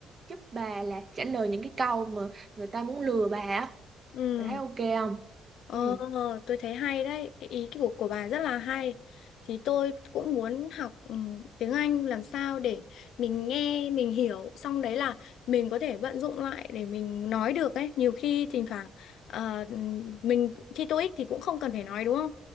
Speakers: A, on the right (about 40°); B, on the left (about 75°).
A: giúp bà là trả lời những cái câu mà người ta muốn lừa bà á
B: Ừ,
A: bà thấy ok không
B: ờ,
A: ừ
B: tôi thấy hay đấy, cái ý của của bà rất là hay. Thì tôi cũng muốn học ừ, tiếng Anh làm sao để mình nghe, mình hiểu, xong đấy là mình có thể vận dụng lại để mình nói được ấy. Nhiều khi thỉnh thoảng ờ, ừ, mình thi TOEIC thì cũng không cần phải nói đúng không?